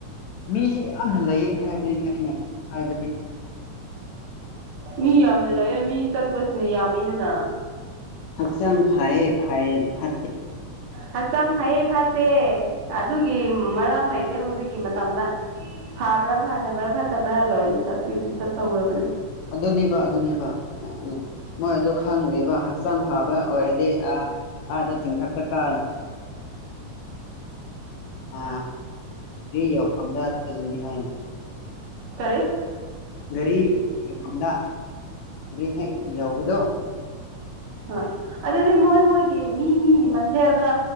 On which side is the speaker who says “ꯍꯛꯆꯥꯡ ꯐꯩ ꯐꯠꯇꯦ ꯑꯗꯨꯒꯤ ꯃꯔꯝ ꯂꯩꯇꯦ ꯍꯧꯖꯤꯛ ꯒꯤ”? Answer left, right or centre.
Right